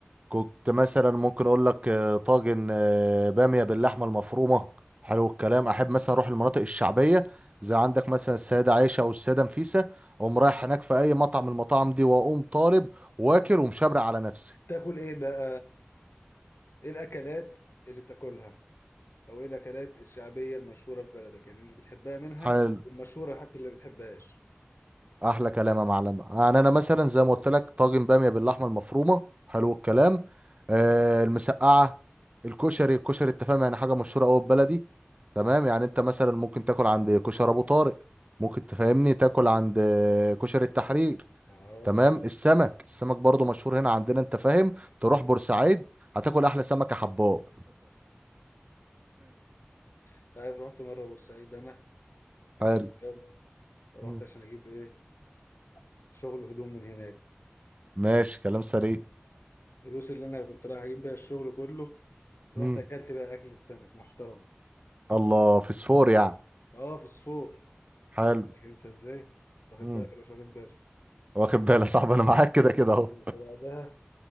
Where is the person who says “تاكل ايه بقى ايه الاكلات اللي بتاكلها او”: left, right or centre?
Left